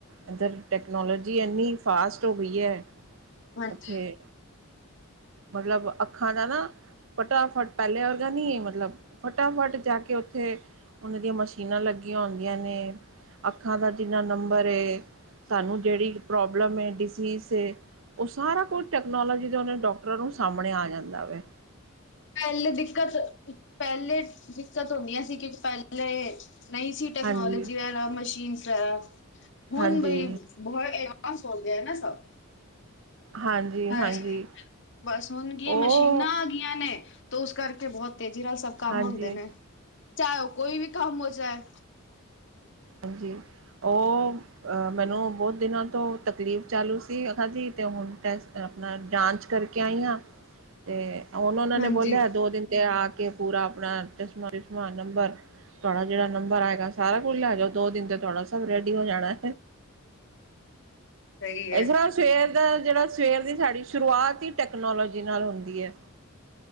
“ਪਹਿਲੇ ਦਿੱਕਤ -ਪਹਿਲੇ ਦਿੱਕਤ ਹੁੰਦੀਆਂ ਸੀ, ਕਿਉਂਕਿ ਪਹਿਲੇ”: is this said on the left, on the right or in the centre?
Left